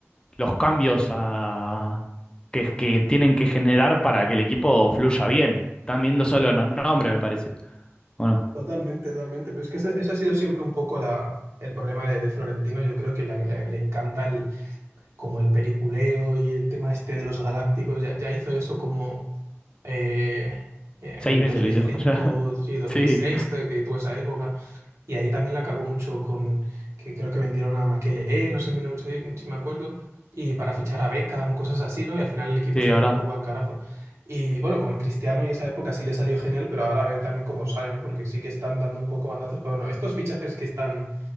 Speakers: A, on the left; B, on the right.
A: los cambios a- que, que tienen que generar para que el equipo fluya bien. Están viendo solo los nombres, me parece. Bueno,
B: Totalmente, totalmente. Pero es que ese, ese ha sido siempre un poco la, el problema de, de Florentino. Yo creo que la- la- le encanta como el peliculeo y el tema este de los galácticos, ya, ya hizo eso como eh, eh,
A: seis
B: en el
A: veces
B: 2005,
A: lo hizo. <laughs> ya.
B: sí, 2006,
A: Sí,
B: te- que tuvo esa época. Y ahí también la cagó mucho con que creo que vendieron a Makelele, no sé, no sé si me acuerdo, y para fichar a Beckham, cosas así, ¿no? Y al final el equipo
A: sí,
B: se
A: de
B: fue
A: verdad.
B: un poco al carajo. Y bueno, con Cristiano y esa época sí le salió genial, pero ahora a ver también cómo sale, ¿no? Porque sí que están dando un poco bandazos. Pero bueno, estos fichajes que están,